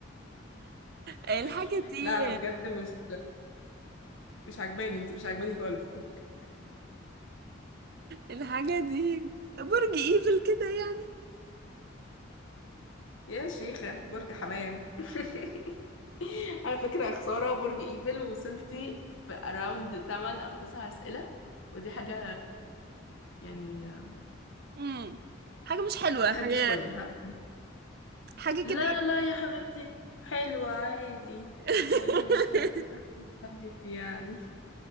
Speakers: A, on the right (about 50°); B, on the left (about 75°).
A: الحاجة
B: <laughs>
A: دي
B: لا أنا بجد مش مش عجباني أنتي مش عجباني خالص على فكرة
A: الحاجة دي برج ايفل كده يعني
B: يا شيخة برج حمام <laughs> على فكرة يا خسارة برج ايفل وصلتي في أراوند 8 أو 9 أسئلة ودي حاجة يعني
A: امم حاجة مش حلوة
B: اتهدي
A: حاجة
B: شوية ها
A: حاجة
B: لا
A: كده
B: لا يا حبيبتي حلوة عادي
A: <laughs>
B: وقولي مش حلوة عادي يعني